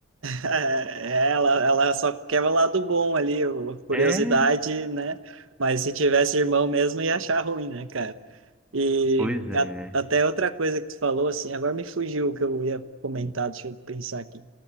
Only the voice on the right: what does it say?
É, ela, ela só quer o lado bom ali, o- a curiosidade,
né? Mas se tivesse irmão mesmo, ia achar ruim, né, cara? E
a- até outra coisa que tu falou, assim, agora me fugiu o que eu ia comentar, deixa eu pensar aqui.